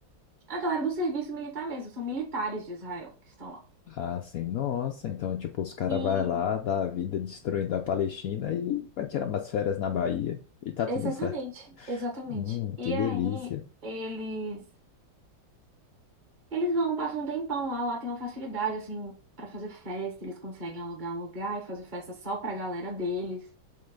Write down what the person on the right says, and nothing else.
A galera do serviço militar mesmo, são militares de Israel que estão lá.
E
Exatamente,
exatamente.
E
aí eles eles vão, passam um tempão lá, lá tem uma facilidade assim pra fazer festa, eles conseguem alugar um lugar e fazer festa só pra galera deles.